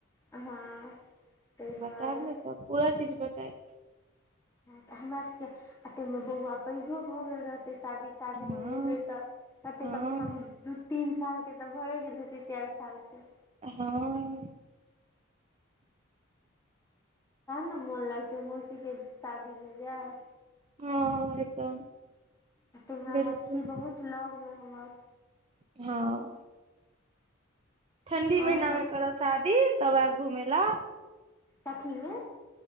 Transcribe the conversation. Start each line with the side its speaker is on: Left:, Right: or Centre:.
Left: हँ। ताहि
Right: बताब
Left: दुआरे
Right: ने तऽ पूरा चीज बताय।
Left: तऽ हमरा सभके एतेमे बौआ पैघो भऽ गेल रहतै शादी शादी
Right: हँ
Left: मे एबै तऽ करते
Right: हँ
Left: कम से कम। दू तीन सालके तऽ भये गेल है ती चारि सालके
Right: हँ
Left: ने मन लागतै मौसी के तादिनमे जाउ
Right: ह एकदम।
Left: एत मे
Right: बिलकुल
Left: अछि बहुत लगमे हमर
Right: ह ठंडी
Left: आओर
Right: महीना
Left: सब
Right: मे करब शादी तब आयब घुमे ला
Left: कथी मे